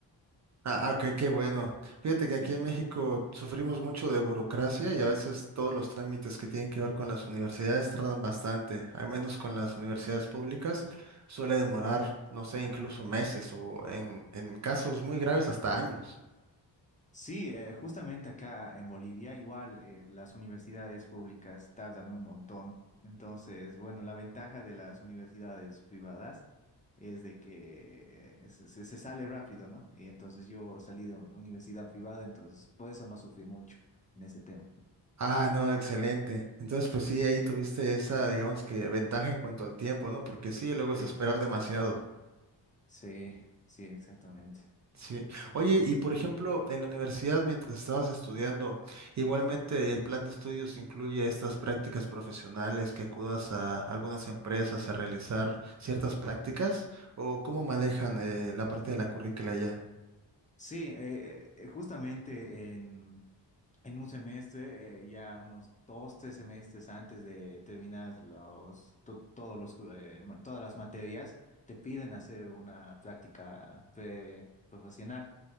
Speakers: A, on the right; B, on the left.
A: Ah, ah, ok, qué bueno. Fíjate que
B: Sí.
A: aquí en México sufrimos mucho de burocracia y a veces todos los trámites que tienen que ver con las universidades tardan bastante, al menos con las universidades públicas suele demorar, no sé, incluso meses o en, en casos muy graves hasta años.
B: Sí, eh, justamente acá en Bolivia, igual eh, las universidades públicas tardan un montón. Entonces, bueno, la ventaja de las universidades privadas es de que eh, se, se- se sale rápido, ¿no? Y entonces yo salí de universidad privada, entonces por eso no sufrí mucho en ese tema.
A: Ah, no, excelente. Entonces, pues sí, ahí tuviste esa, digamos que ventaja en cuanto al tiempo, ¿no? Porque sí, luego es
B: Sí,
A: esperar demasiado.
B: sí, sí, exactamente.
A: Sí. Oye, y por ejemplo, en la universidad, mientras estabas estudiando, igualmente el plan de estudios incluye estas prácticas profesionales que acudas a algunas empresas a realizar ciertas prácticas, o cómo manejan eh, la parte de la currícula ya.
B: Sí, eh, eh, justamente en un semestre, eh, ya unos dos, tres semestres antes de terminar los, to- todos los, eh, ma- todas las materias, te piden hacer una práctica pre- profesional